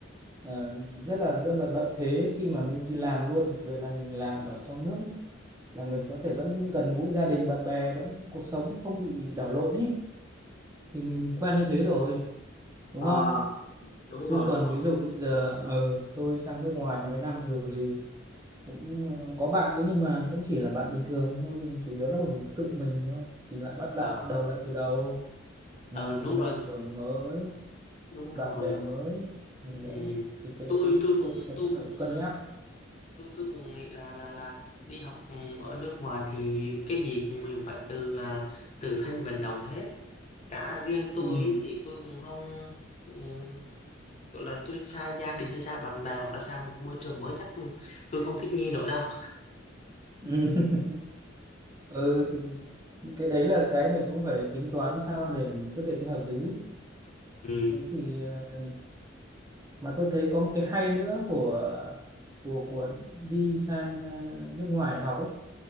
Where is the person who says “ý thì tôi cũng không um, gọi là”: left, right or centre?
Left